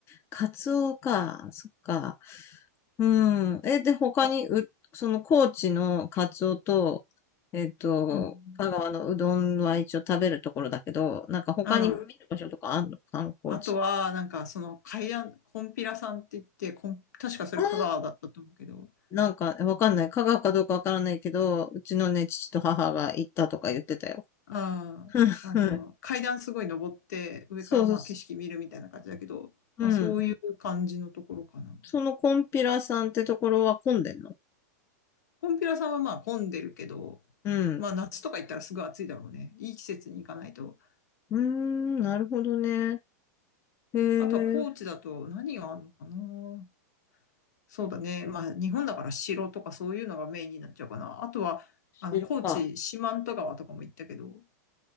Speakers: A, on the left; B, on the left.
A: カツオか。そっか。うん。え、で、他に、
B: か
A: う、その高知のカツオと、えっと、
B: うん。
A: 香川のうどんは一応食べるところだけど、なんか他に見る場所とかあるの観光地とか。
B: うん。あとは、なんか、その、海南、コンピラさんって言って、コン確かそれ香川だったと思うけど、
A: あーなんか、わかんない。香川かどうかわからないけど、うちのね、父と母が行ったとか言ってたよ。
B: ああ、
A: <laughs>
B: あの、階段すごい登って、上からまあ景色見るみたいな感じだけど、
A: そうそうそう。
B: まあそういう感じのところかな。
A: うん。そのコンピラさんってところは混んでんの
B: コンピラさんはまあ混んでるけど、
A: うん。
B: まあ夏とか行ったらすぐ暑いだろうね。いい季節に行かないと。
A: うーん、なるほどね。へ
B: あとは高知だと何があるのかな。
A: え、
B: そうだね。まあ日本だから城とかそういうのがメインになっちゃうかな。あとは、あの、
A: 白か。
B: 高知、四万十川とかも行ったけど、